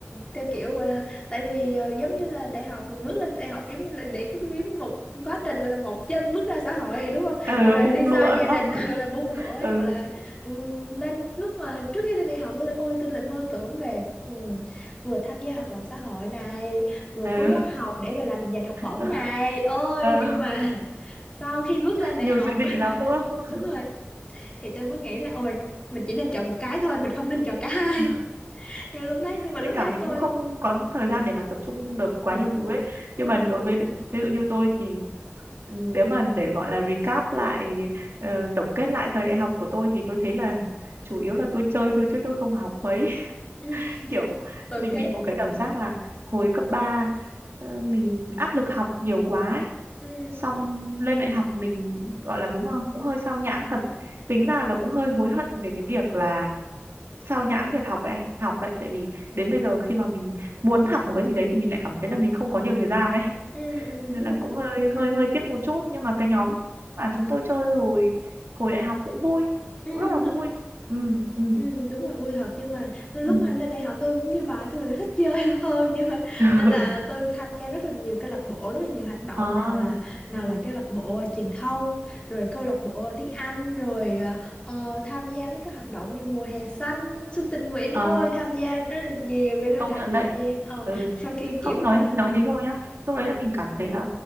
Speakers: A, on the left; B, on the right.
A: theo kiểu gọi là tại vì ờ, giống như là đại học mình bước lên đại học giống như là để <laughs> giống một quá trình gọi là một chân bước ra xã hội rồi đúng không
B: ờ,
A: rồi, rồi
B: bung
A: đi
B: lụa
A: xa gia
B: đúng
A: đình
B: không <laughs>
A: <laughs> gọi là bung lỗi
B: ừ
A: gọi là ừm, lên lúc mà trước khi lên đại học tôi ôi tôi lại mơ tưởng về ừm, vừa tham gia hoạt động xã hội này vừa
B: ờ,
A: cố gắng học để gọi là giành học bổng
B: <laughs>
A: này ôi nhưng
B: ờ,
A: mà <laughs> sau khi bước lên đại
B: nhiều
A: học
B: dự định
A: <laughs>
B: lắm đúng không
A: đúng rồi thì tôi mới nghĩ là ôi mình chỉ nên chọn một cái thôi mình không nên chọn cả hai
B: <laughs>
A: <laughs> nhưng lúc đấy nhưng mà
B: với
A: lúc
B: cả
A: đấy
B: mình
A: tôi
B: cũng không có thời gian để mà tập trung
A: ừ,
B: được quá
A: ừ,
B: nhiều
A: đúng
B: thứ
A: rồi,
B: ấy nhưng
A: đúng rồi.
B: mà đối với ví dụ như tôi thì ừ, nếu mà để gọi là recap lại ờ, tổng kết lại thời đại học của tôi thì tôi thấy là chủ yếu là tôi chơi thôi chứ tôi không học mấy <laughs>
A: Ừ. <laughs>
B: kiểu
A: tôi
B: mình
A: cũng thế
B: bị một cái cảm giác là hồi cấp 3 mình áp lực học nhiều quá ấy.
A: ừ,
B: xong lên đại học mình gọi là đúng không cũng hơi sao nhãng thật tính ra là cũng hơi hối hận về cái việc là sao nhãng việc học đại học đấy tại vì đến bây giờ khi mà mình muốn học một cái gì đấy thì mình lại cảm thấy là mình không có nhiều thời gian ấy
A: ừ, ừ,
B: nên
A: đúng
B: là
A: rồi
B: cũng hơi hơi hơi tiếc một chút nhưng mà cái nhóm mà chúng tôi chơi hồi hồi đại học cũng vui
A: ừ,
B: cũng rất là vui
A: đúng
B: ừ ừ
A: Ừ, đúng là vui thật nhưng mà lúc
B: ừ
A: mà lên đại học tôi cũng như bà tôi là thích chơi <laughs> hơn nhưng mà
B: <laughs>
A: nên là tôi tham gia rất là nhiều câu lạc bộ rất là nhiều hoạt động
B: Ờ,
A: nào là nào
B: ừ,
A: là câu lạc bộ à, truyền thông rồi câu lạc bộ à, tiếng Anh rồi à, ờ, tham gia mấy cái hoạt động như mùa hè xanh xuân tình nguyện
B: ờ.
A: ôi tham gia rất là nhiều gây ra
B: công
A: thành
B: nhận
A: thời
B: đấy
A: gian ờ
B: ừ
A: sau khi
B: không
A: kiểu như
B: nói
A: là
B: nói thế thôi nhá lúc
A: ừ
B: đấy là mình cảm thấy là